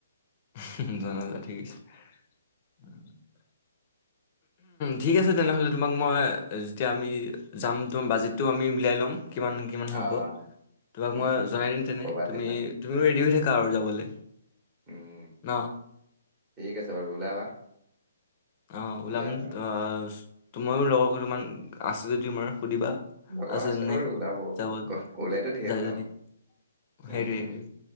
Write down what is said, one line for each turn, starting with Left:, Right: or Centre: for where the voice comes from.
Left: <unintelligible> ঠিক আছে, তেনেহ'লে তোমাক মই যেতিয়া আমি যাম তোমাৰ বাজেটটো আমি উলাই ল'ম। কিমান কিমান
Right: অ'।
Left: হ'ব তোমাক
Right: উম,
Left: মই
Right: উম,
Left: জনাই দিম তেনে,
Right: ক'বা
Left: তুমি-তুমিও
Right: তেতিয়া,
Left: ৰেডি হৈ থাকা আৰু যাবলৈ।
Right: উম,
Left: ন'?
Right: ঠিক আছে বাৰু, ওলাবা।
Left: অ, ওলাম
Right: যাম আৰু।
Left: অ, তোমাৰো লগৰ কেইটমান আছে যদি তোমাৰ সুধিবা,
Right: লগৰ
Left: আছে নে,
Right: বাৰু ওলাব,
Left: যাব,
Right: ওলাইতো ধেৰ
Left: যায়
Right: ওলাব,
Left: যদি।
Right: উম,
Left: সেইটোৱেই,
Right: উম।